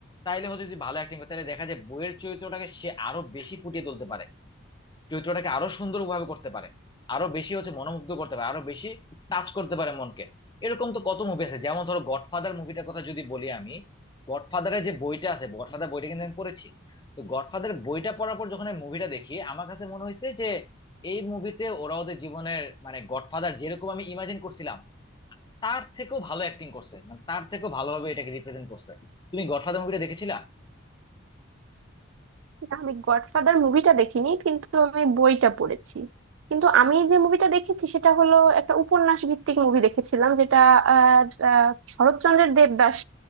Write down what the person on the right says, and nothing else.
না, আমি গডফাদার মুভিটা দেখিনি কিন্তু আমি বইটা পড়েছি কিন্তু আমি যে মুভিটা দেখেছি সেটা হলো একটা উপন্যাস ভিত্তিক মুভি দেখেছিলাম যেটা আহ, আহ, শরৎচন্দ্রের দেবদাস